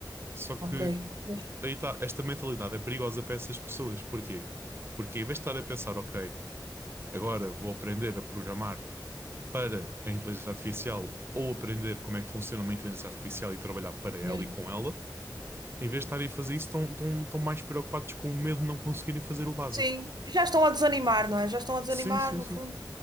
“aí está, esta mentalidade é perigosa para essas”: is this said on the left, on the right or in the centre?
Right